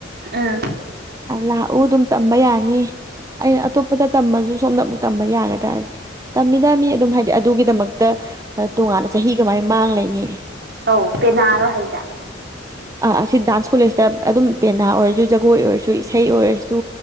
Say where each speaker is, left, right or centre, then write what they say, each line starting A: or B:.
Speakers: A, on the right; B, on the right.
A: ꯎꯝ
B: ꯂꯥꯛꯎ ꯑꯗꯨꯝ ꯇꯝꯕ ꯌꯥꯅꯤ ꯑꯩꯅ ꯑꯇꯣꯞꯄꯗ ꯇꯝꯃꯁꯨ ꯁꯣꯝꯗ ꯑꯃꯨꯛ ꯇꯝꯕ ꯌꯥꯒꯗ꯭ꯔꯥ ꯇꯝꯃꯤꯗ ꯃꯤ ꯑꯗꯨꯝ ꯍꯥꯏꯗꯤ ꯑꯗꯨꯒꯤꯗꯃꯛꯇ ꯇꯣꯉꯥꯟꯅ ꯆꯍꯤ ꯀꯃꯥꯏ ꯃꯥꯡꯂꯩꯅꯤ
A: ꯑꯧ ꯄꯦꯟꯅꯔꯣ ꯍꯥꯏꯁꯦ
B: ꯑꯥ ꯑꯁꯤ ꯗꯥꯟꯁ ꯀꯣꯂꯦꯖꯇ ꯑꯗꯨꯝ ꯄꯦꯟꯅꯥ ꯑꯣꯏꯔꯁꯨ ꯖꯒꯣꯏ ꯑꯣꯏꯔꯁꯨ ꯏꯁꯩ ꯑꯣꯏꯔꯁꯨ